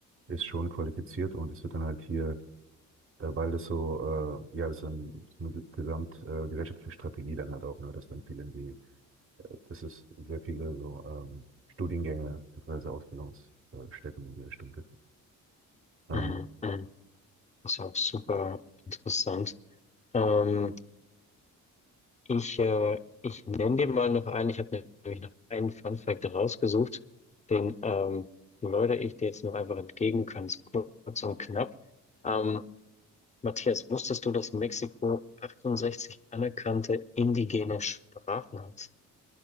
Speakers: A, on the right; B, on the left.
A: ist schon qualifiziert und es wird dann halt hier, äh, weil das so, äh, ja, das ist dann eine gesamt äh, gesellschaftliche Strategie dann halt auch, ne? dass dann viele irgendwie, äh, dass es sehr viele so ähm, Studiengänge bzw. Ausbildungsstätten in die Richtung gibt. Ähm,
B: Mhm. Mhm. Das ist auch super interessant. Ähm, ich äh, ich nenne dir mal noch einen. Ich habe nämlich noch einen Fun Fact rausgesucht. Den ähm, läutere ich dir jetzt noch einfach entgegen, ganz kurz und knapp. Ähm, Matthias, wusstest du, dass Mexiko 68 anerkannte indigene Sprachen hat?